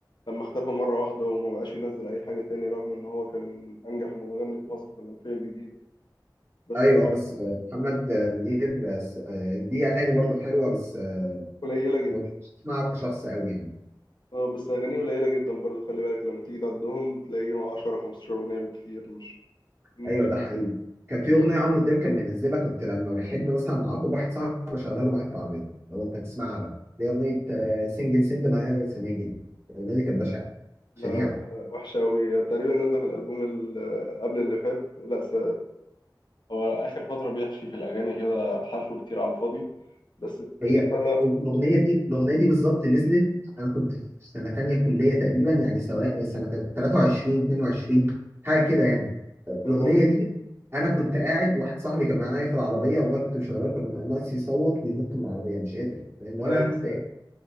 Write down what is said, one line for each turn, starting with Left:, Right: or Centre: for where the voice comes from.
Left: لما اختفى مرة واحدة وما بقاش ينزل أي حاجة تاني رغم إن هو كان أنجح مغني في مصر في الألفية الجديدة بس
Right: ايوه آه، بس آه، محمد آه، منير آه، س- آه، ليه اغاني برضه حلوه بس آه،
Left: قليلة جدا
Right: ما كنتش بسمعه كشخص قوي يعني
Left: اه بس اغانيه قليله جدا برضو خلي بالك لما تيجي تعدهم تلاقيهم 10 15 اغنيه بالكتير مش مش
Right: ايوه ده حقيقي كان في اغنيه عمرو دياب كان منزلها كنت لما بحب مثلا اعاقب واحد صاحبي بشغلها له معايا في العربيه لو انت هتسمعها بقى اللي هي اغنيه آه، سنجل سنجل هاي هاي سناجل الاغنيه دي كانت بشعه
Left: لا
Right: شنيعه
Left: لا وحشه قوي تقريبا نازله في الالبوم اللي قبل اللي فات لا س... هو اخر فتره بيحشي في الاغاني كده حشو كتير على الفاضي بس
Right: هي
Left: تيجي تسمع
Right: الاغنيه دي الاغنيه دي بالظبط نزلت انا كنت في سنه تانية كليه تقريبا يعني سواء سنه 23 22 حاجه كده يعني
Left: من
Right: الاغنيه
Left: هو-
Right: دي انا كنت قاعد واحد صاحبي كان معايا في العربيه والله كنت مشغلها كان ناقص يصوت وينط من العربيه مش قادر فاهم ولا
Left: لا
Right: انا كنت
Left: س-
Right: قاعد